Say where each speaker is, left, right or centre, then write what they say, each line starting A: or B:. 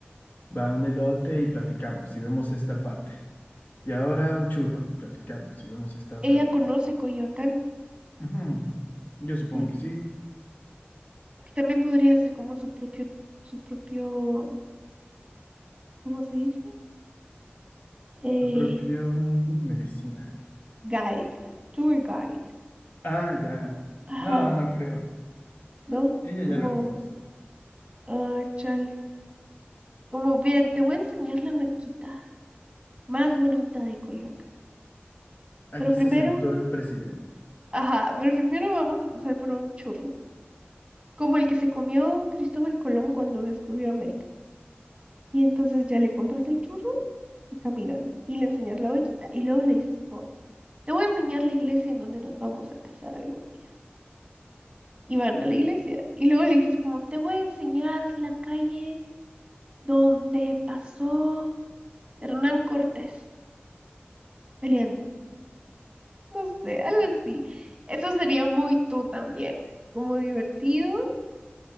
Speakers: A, on the left; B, on the right.
A: va un elote y platicamos y vemos esta parte. Y ahora un churro y platicamos y vemos esta otra
B: Ella
A: parte.
B: conoce Coyoacán.
A: Ujú. Yo supongo
B: Sí.
A: que sí.
B: Porque también podría ser como su propio, su propio, ¿cómo se dice? Eh,
A: Su propio medicina.
B: guide, tour guide.
A: Ah, ya.
B: Ajá,
A: No, no creo.
B: ¿no?
A: Ella ya
B: Mm.
A: lo
B: Como,
A: conoce.
B: ah, chale. Como bien, te voy a enseñar la banquita más bonita de Coyoacán.
A: Aquí
B: Pero
A: se
B: primero,
A: sentó el presidente.
B: ajá, pero primero vamos a pasar por un churro, como el que se comió Cristóbal Colón cuando descubrió América. Y entonces ya le compras el churro y caminan y le enseñas la banquita y luego le dices como, te voy a enseñar la iglesia en donde nos vamos a casar algún día. Y van a la iglesia y luego le dices como, te voy a enseñar la calle donde pasó Hernán Cortés peleando. No sé, algo así. Eso sería muy tú también, como divertido,